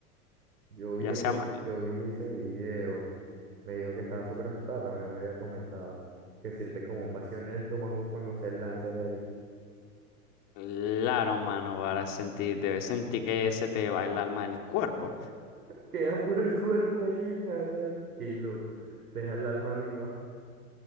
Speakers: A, on the right; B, on the left.
A: yo vi
B: Ya
A: ese,
B: sea, ma-
A: yo vi ese video. Me dijo que estaba súper asustada, también me había comentado. Que siente como un vacío en el estómago cuando se lanza de ahí.
B: claro, mano, para sentir, debes sentir que se te va el alma del cuerpo.
A: Queda puro el cuerpo ahí, naguará. Qué loco. Deja el alma arriba.